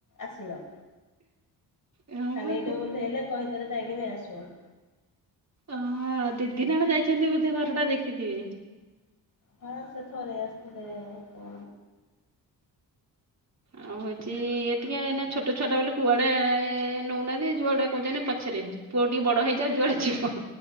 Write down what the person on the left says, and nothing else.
ଆସିଲ।
ଖାଲି
ଏଠର ଉଲ୍ହେଇଲେ ଲେ କହିଦଳେ ଯାଇକିନି ନେଇଆସେ <inaudible>
ହ ସେ ଥରେ ଆସିଥିଲେ କ